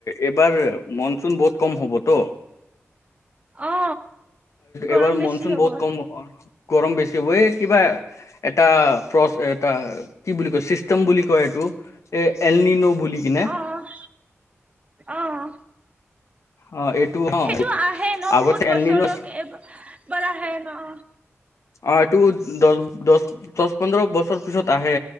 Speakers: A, on the left; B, on the right.
A: এইবাৰ মনচুন বহুত কম হ'ব ত
B: অ গৰম
A: এবাৰ
B: বেছি
A: মনচুন
B: হ'ব
A: বহুত কম গৰম বেছি হবই কিবা এটা প্ৰপ এটা কি বুলি কয় চিষ্টেম বুলি কয় এইটো এ এলনিনো বুলি কিনে
B: আহ আহ
A: অ এইটো অ
B: সেইটো আহে ন
A: আগতে
B: বহুত বছৰত
A: এলনিনো
B: এবা এবাৰ আহে ন
A: অ এইটো দছ দছ দছ পন্ধৰ বছৰ পিছত আহে